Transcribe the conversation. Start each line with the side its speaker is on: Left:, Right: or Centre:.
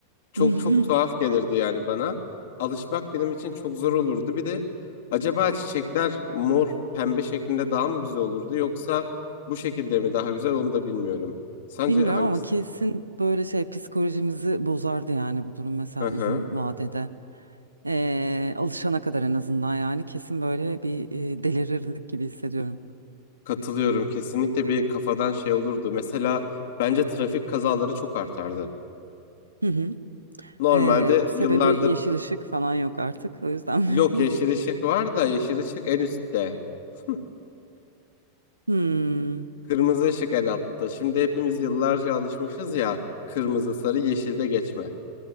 Left: Çok
Right: <laughs>
Left: çok tuhaf gelirdi yani bana. Alışmak benim için çok zor olurdu. Bir de acaba çiçekler mor, pembe şeklinde daha mı güzel olurdu yoksa bu şekilde mi daha güzel onu da bilmiyorum. Sence
Right: Bilmiyorum
Left: hangisi?
Right: ama kesin böyle şey psikolojimizi bozardı yani bu durum mesela
Left: Hı hı.
Right: uzun vadede. Ee, alışana kadar en azından yani kesin böyle bir e, delirirdik gibi hissediyorum.
Left: Katılıyorum kesinlikle bir kafadan şey olurdu. Mesela bence trafik kazaları çok artardı.
Right: Hı hı.
Left: Normalde
Right: Ee, sebebi
Left: yıllardır
Right: yeşil ışık falan yok artık o yüzden.
Left: yok yeşil
Right: <laughs>
Left: ışık var da yeşil ışık en üstte. <laughs>
Right: Hmm,
Left: Kırmızı ışık en altta. Şimdi hepimiz yıllarca alışmışız ya kırmızı sarı yeşilde geçme.